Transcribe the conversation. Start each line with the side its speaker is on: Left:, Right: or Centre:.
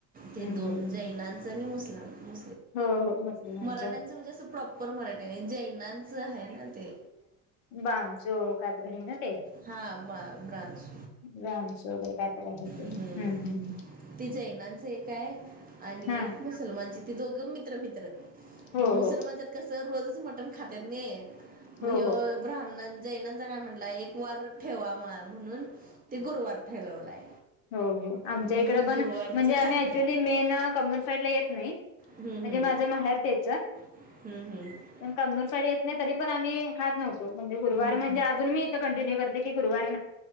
Right: ते
Left: हम्म
Right: दोन
Left: हम्म
Right: जैनांचा आणि मुस्लाम
Left: हो हो मुस्लिमांच
Right: मराठ्यांचं म्हणजे असं प्रॉपर मराठी नाही जैनांचं आहे ना ते
Left: बांसो कात्र हेन ते
Right: हां ब ब्रांस
Left: रामच वगैरे कायतर आहे ते
Right: हम्
Left: हम्म हम्म
Right: ते जैनांच एक आहे आणि
Left: हा
Right: एकस् मुलमानची ती दोघं मित्र मित्र
Left: हो
Right: मुसलमानच्या
Left: हो
Right: कसं रोजच मटन खात नाही मग
Left: हो हो
Right: ब्राह्मणां जाईनाचा काय म्हटला एक वार ठेवा म म्हणून ते गुरुवार ठरवलाय
Left: हो हो आमच्या
Right: म्हणून
Left: इकड पण
Right: गुरुवारच
Left: म्हणजे आम्ही
Right: खात
Left: ऍक्च्युली
Right: नाही असतात.
Left: मेन कमनूर साईडला येत नाही
Right: हम्म
Left: म्हणजे
Right: हम्म
Left: माझं माहेर त्याच
Right: हम्म हम्म
Left: पण कमनूर सााेत नाही तरी पणम्ही खात नव्हतो म्हणजे गुरवारणजे
Right: हम्म
Left: अजून मी कंटिन्य करते क गुरुवार